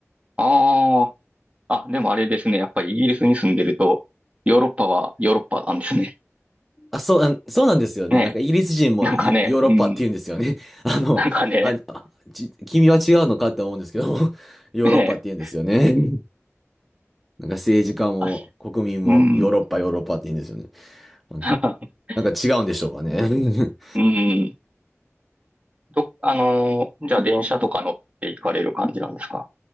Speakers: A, on the right; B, in the centre.
A: ああ、あ、でもあれですね。やっぱりイギリスに住んでると、ヨーロッパはヨーロッパなんですね。
B: あ、そう、あそうなんですよね。
A: <laughs> ね
B: なんかイギリス人もヨヨーロッパって言うんですよね。
A: え。なんかね、うん。
B: <laughs> あの、
A: なんかね、
B: あ、あち、君は違うのかって思うんですけど、<laughs> ヨーロッパって言うんですよね。
A: ねえ。
B: <laughs> うんなんか政治家も国民もヨーロッパ、
A: あ、うん。
B: ヨーロッパって言うんですよね。うん
A: <laughs>
B: なんか違うんでしょうかね。<laughs> うん
A: うん。ど、あのーじゃあ電車とか乗って行かれる感じなんですか